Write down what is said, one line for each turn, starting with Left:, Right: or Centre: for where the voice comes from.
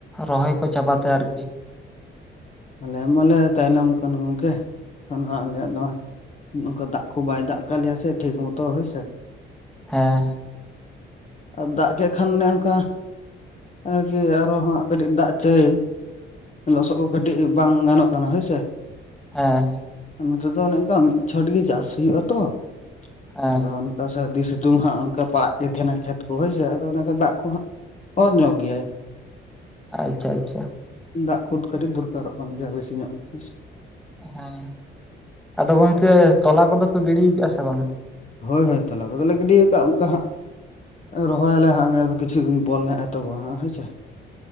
Centre: ᱨᱚᱦᱚᱭ ᱠᱚ ᱪᱟᱵᱟ ᱛᱮ ᱟᱨᱠᱤ ᱾
Left: ᱟᱞᱮ ᱢᱟᱞᱮ ᱛᱟᱭᱱᱚᱢ ᱟᱠᱟᱱ ᱜᱚᱢᱠᱮ ᱟᱫᱚ ᱱᱟᱦᱟᱸᱜ ᱟᱞᱮᱭᱟᱜ ᱫᱚ ᱱᱚᱝᱠᱟ ᱫᱟᱜ ᱠᱚ ᱵᱟᱭ ᱫᱟᱜ ᱠᱟᱜ ᱞᱮᱭᱟ ᱥᱮ ᱴᱷᱤᱠ ᱢᱚᱛᱚ ᱦᱳᱭᱥᱮ,
Centre: ᱦᱮᱸ ᱦᱮᱸ,
Left: ᱟᱨ ᱫᱟᱜ ᱠᱮᱜ ᱠᱷᱟᱱ ᱚᱱᱮ ᱚᱱᱠᱟ ᱟᱨᱠᱤ ᱟᱨᱚ ᱦᱟᱸᱜ ᱠᱟᱹᱴᱤᱡ ᱫᱟᱜ ᱪᱟᱹᱭ ᱞᱚᱥᱚᱜ ᱠᱟᱹᱴᱤᱡ ᱵᱟᱝ ᱜᱟᱱᱚᱜ ᱠᱟᱱᱟ ᱦᱳᱭ ᱥᱮ᱾
Centre: ᱦᱮᱸ᱾
Left: ᱱᱚᱛᱮ ᱫᱚ ᱚᱱᱮ ᱚᱱᱠᱟ ᱢᱤᱫ ᱪᱷᱚᱴ ᱜᱤ ᱪᱟᱥ ᱦᱳᱭᱳᱜ-ᱟ ᱛᱚ ᱟᱫᱚ᱾
Centre: ᱦᱮᱸ
Left: ᱟᱫᱚ ᱚᱱ ᱠᱟ ᱥᱟᱹᱨᱫᱤ ᱥᱤᱛᱩᱝ ᱦᱟᱸᱜ ᱚᱱᱠᱟ ᱯᱟᱲᱟᱜ ᱜᱮ ᱛᱮᱦᱮᱱᱟ ᱠᱷᱮᱛ ᱠᱚ ᱦᱳᱭᱥᱮ᱾ ᱟᱫᱚ ᱚᱱᱮ ᱚᱱᱠᱟ ᱫᱟᱜ ᱠᱚ ᱦᱟᱸᱜ ᱚᱨ ᱧᱚᱜ ᱜᱮᱭᱟᱭ᱾
Centre: ᱟᱪᱪᱷᱟ ᱟᱪᱪᱷᱟ᱾
Left: ᱫᱟᱜ ᱠᱚᱫ ᱠᱟᱹᱴᱤᱡ ᱫᱚᱨᱠᱟᱨᱚᱜ ᱠᱟᱱ ᱜᱮᱭᱟ ᱵᱮᱥᱤ ᱧᱚᱜ ᱜᱮ, ᱦᱳᱭ ᱥᱮ᱾
Centre: ᱦᱮᱸ᱾ᱸᱟᱫᱚ ᱜᱚᱝᱠᱮ ᱛᱚᱞᱟ ᱠᱚᱫᱚ ᱯᱮ ᱜᱤᱰᱤ ᱠᱟᱜᱼᱟ ᱥᱮ ᱵᱟᱝᱟ?
Left: ᱦᱳᱭ ᱦᱳᱭ ᱛᱟᱞᱟ ᱠᱚᱫᱚᱞᱮ ᱜᱤᱰᱤᱣ ᱠᱟᱜᱼᱟ᱾ ᱚᱱᱠᱟ ᱦᱟᱸᱜ ᱟᱫᱚ ᱨᱚᱦᱚᱭ ᱟᱞᱮ ᱦᱟᱸᱜ ᱱᱮᱥ ᱫᱚ ᱠᱤᱪᱷᱩ ᱫᱤᱱ ᱯᱚᱨ ᱦᱟᱸᱜ ᱮᱛᱚᱦᱚᱵᱚᱜ-ᱟ ᱦᱟᱸᱜ ᱦᱳᱭᱥᱮ᱾